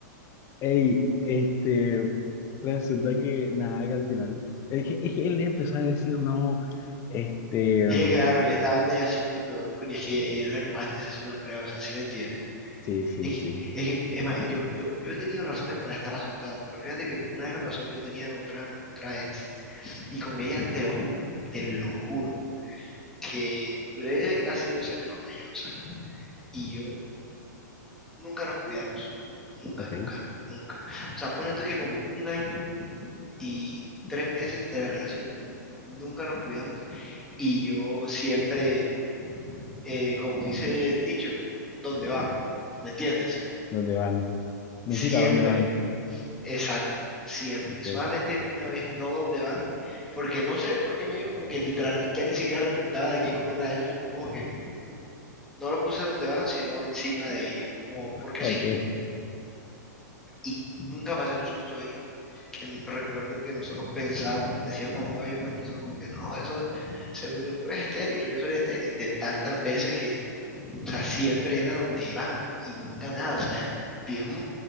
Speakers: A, on the left (about 30°); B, in the centre.
A: Ey, este, resulta que nada, que al final, es que, es que él empezó a decir, no, este,
B: Es
A: mm,
B: que claro, él estaba en negación y peor porque es que ella no era capaz ni hacerse una prueba, o sea, ¿sí me entiendes?
A: sí, sí,
B: Es, que-
A: sí,
B: es, que, es más, yo, yo, yo he tenido razones para estar asustado, pero fíjate que una vez me pasó, yo tenía otra, otra ex, y con ella, te lo juro, te lo juro, que duré casi dos años con ella, dos años, y yo nunca nos cuidamos, nunca,
A: ok,
B: nunca, nunca. O sea, pone tú que como un año y tres meses de la relación, nunca nos cuidamos, y yo siempre, eh, como dice el dicho, ¿dónde van? ¿Me entiendes?
A: ¿dónde van? Mi
B: Siempre.
A: hijita, ¿dónde van?
B: Exacto, siempre.
A: Ok,
B: Solamente una vez, no dónde van, porque no sé por qué me dio como que literal, ya ni siquiera recordaba de qué color era eso, y fue como que no lo puse donde van, sino encima de ella, como porque
A: ok.
B: sí, y nunca pasé un susto ahí, que n- recuerdo que nosotros pensábamos, decíamos mamando gallo con nosotros como que no, eso seguro tú eres estéril, o yo soy estéril, de tantas veces que O sea, siempre era donde iban y nunca nada. O sea, vivíamos